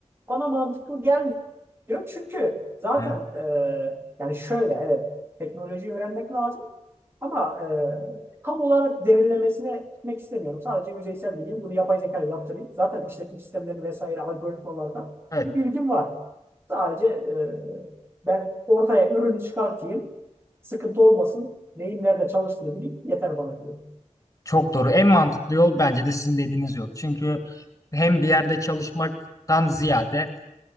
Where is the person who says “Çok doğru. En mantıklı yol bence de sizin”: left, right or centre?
Left